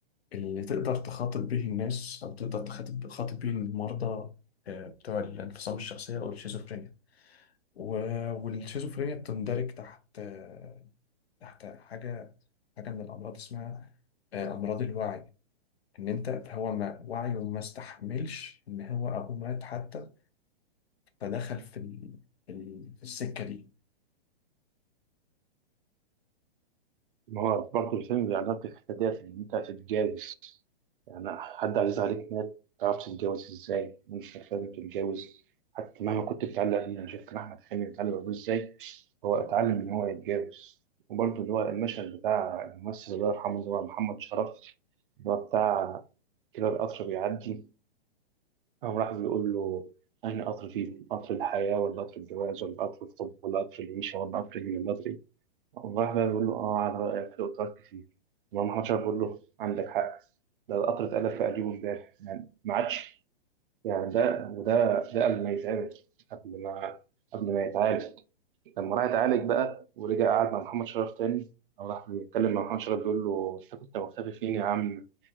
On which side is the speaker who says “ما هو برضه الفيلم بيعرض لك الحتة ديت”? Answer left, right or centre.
Right